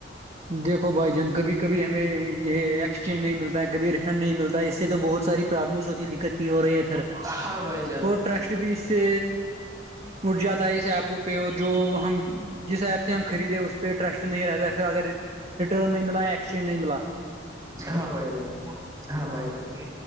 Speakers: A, on the right; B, on the right.
A: دیکھو بھائی جان کبھی کبھی ہمیں یہ ایکسچینج نہیں ملتا ہے کبھی ریفنڈ نہیں ملتا ہے اس سے تو بہت ساری پرابلمس ہوتی ہے دقت کی ہو رہی ہے پھر
B: ہاں بھائی جان
A: اور ٹرسٹ بھی اس سے اٹھ جاتا ہے اس ایپو پہ اور جو تو ہم جس ایپ سے ہم خریدیں اس پہ ٹرسٹ نہیں رہتا پھر اگر ریٹرن نہیں ملا ایکسچینج نہیں ملا
B: ہاں بھائی جان ہاں بائی جانتے